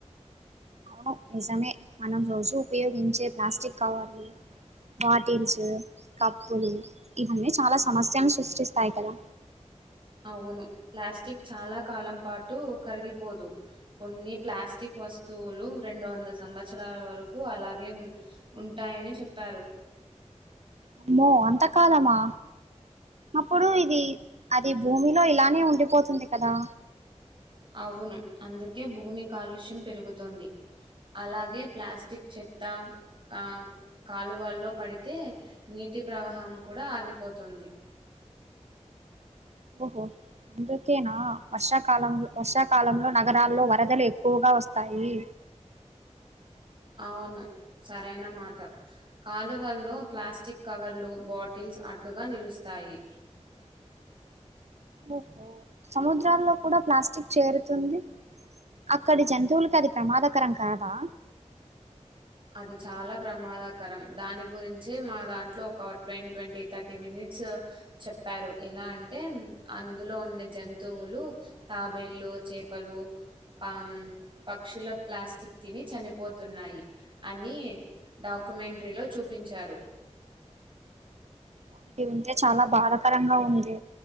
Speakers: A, on the right; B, on the right.
A: అవును నిజమే మనం రోజూ ఉపయోగించే ప్లాస్టిక్ కవర్లు బాటిల్స్ కప్పులు ఇవన్నీ చాలా సమస్యలు సృష్టిస్తాయి కదా
B: అవును. ప్లాస్టిక్ చాలా కాలం పాటు కరిగిపోదు. కొన్ని ప్లాస్టిక్ వస్తువులు, రెండు వందల సంవత్సరాల వరకు అలాగే ఉ ఉంటా యని చెప్పారు.
A: అమ్మో! అంతకాలమా? అప్పుడు ఇది అది భూమిలో ఇలానే ఉండిపోతుంది కదా!
B: అవును, అందుకే భూమి కాలుష్యం పెరుగుతోంది. అలాగే ప్లాస్టిక్ చెత్త, ఆ కాలువల్లో పడితే నీటి ప్రవాహం కూడా ఆగిపోతుంది.
A: ఓహో! అందుకేనా, వర్షాకాలం వర్షాకాలంలో నగరాల్లో వరదలు ఎక్కువగా వస్తాయి.
B: అవును, సరైన మాట. కాలువల్లో ప్లాస్టిక్ కవర్లు, బాటిల్స్ అడ్డుగా నిలుస్తాయి.
A: ఓహో! సముద్రాల్లో కూడా ప్లాస్టిక్ చేరుతుంది. అక్కడి జంతువులకి అది ప్రమాదకరం కాదా?
B: అది చాలా ప్రమాదక రం దాని గురించి, మా దాంట్లో ఒక టెన్, ట్వంటీ థర్టీ మినిట్స్ చెప్పారు. ఎలా అంటే అందులో ఉన్న జంతువులు తాబేళ్లు, చేపలు పాము, పక్షుల ప్లాస్టిక్ తిని చనిపోతున్నాయి. అని డాక్యుమెంటరీలో చూపించారు.
A: ఇది వింటే చాలా బాధాకరంగా ఉంది.